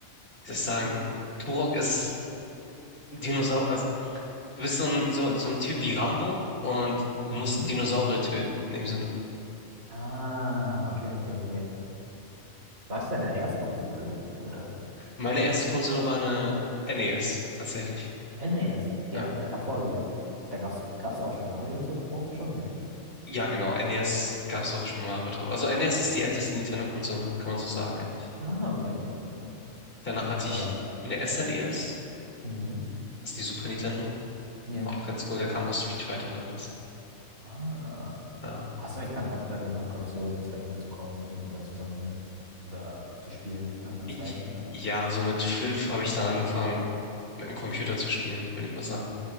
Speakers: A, on the left (about 45°); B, on the right (about 80°).
A: soll ich sagen, Turok ist Dinosaurier. Also, du bist so ein, so, so ein Typ wie Rambo und du
B: Mhm.
A: musst Dinosaurier töten, in dem Sinne.
B: Ah, okay, okay, okay. War das deine erste Konsole? Oder?
A: Meine erste Konsole war eine NES, tatsächlich.
B: Äh, nee, erst die
A: Ja,
B: ein- äh, davor, gell? Da gab's, gab's auch schon Mario und so drauf? Schon, gell?
A: ja genau, NES gab es auch schon Mario drauf. Also NES ist die älteste Nintendo-Konsole, kann man so sagen.
B: Ah, okay, okay, okay.
A: Danach hatte
B: Aber,
A: ich eine SNES,
B: mhm.
A: das ist die Super Nintendo.
B: Ja.
A: War auch ganz cool, da kam auch Street Fighter und alles.
B: Ah. ah.
A: Ja,
B: Hast du nicht dann aufgehört, irgendwann Konsolen, sag ich mal, zu kaufen oder zu sammeln oder zu spielen nach einer Zeit?
A: J- ja so mit fünf habe ich dann angefangen, mit dem Computer zu spielen, würde ich mal sagen.